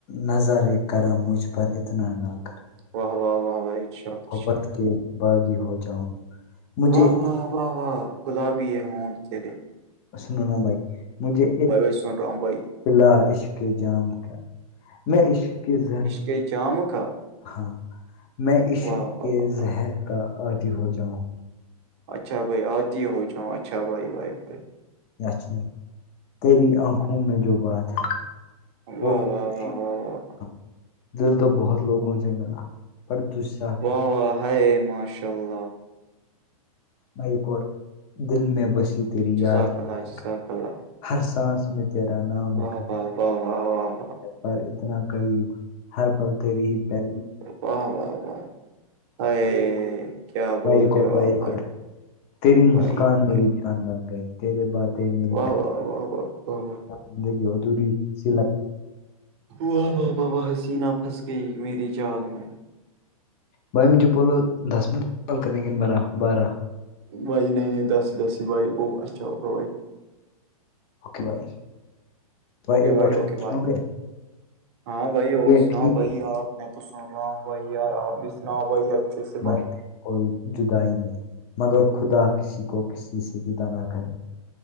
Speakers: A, on the left; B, on the right.
A: نظرے کرم مجھ پر اتنا نہ کر
B: واہ واہ واہ واہ ارشاد ارشاد
A: محبت کے باغی ہو جاؤں مجھے
B: واہ واہ واہ واہ گلابی ہے ہونٹ تیرے
A: سنناا بھائی مجھے
B: بھائی بھائی سن رہا ہوں بھائی
A: پلا عشق جام کیا میں عشق کے زہر
B: کہ جام کا
A: ہاں میں عشق
B: واہ واہ
A: کے
B: واہ
A: زہر
B: واہ۔
A: کا عادی ہو جاؤں
B: اچھا بھائی آتی ہے ہو جاؤ اچھا بھائی بھائی بھائی
A: چ تیری آنکھوں میں جو بات ہے
B: واہ
A: وہ ک
B: واہ واہ واہ واہ
A: دل تو بہت لوگوں سے ملا پردسا
B: واہ واہ ہے ماشاء اللہ
A: بھائییک اور دل میں بسی تیری یاد
B: جزاک
A: کی
B: اللہ
A: ہے
B: جزاک اللہ
A: ہر سانس میں تیرا نام
B: واہ
A: لکھ
B: واہ واہ واہ واہ
A: پر اتنا غریب ہر پل تری ہی پہ
B: و واہ ا
A: کی۔
B: کیا بولتے
A: بھائی ایک اور
B: ہو آپ
A: ایک
B: بھائی
A: اور تیری
B: بھائی
A: مسکان
B: بھائی
A: میری جان بن گئی تیر باتیں میری
B: واہ واہ واہ واہ واہ واہ
A: زندگی ادھوری س ل
B: واہ واہ و حسینہ پھنس گئی میرری جال میں
A: بھائی مجھے بولو دس منٹ کال کریں گن بارہ بارہ
B: بائی نہیںنے داسی داسی بائیک وہ اچھا ہو کا بائیک
A: اوکے بھائی
B: اوکے
A: ایک
B: بھائی
A: اور
B: اوکے بھائی
A: سنو گے
B: ہاں بھائی اور
A: یہ
B: سناؤ
A: ٹھیک
B: بھائی
A: ہے
B: آپ میں تو سن رہا ہوں بھائی یار آپ بھی سنا بھائی اچھے سے
A: مت
B: بھائی
A: کوئی جدا ہی نہیں مگر خدا کسی کو کسی سے جدا نہ کریں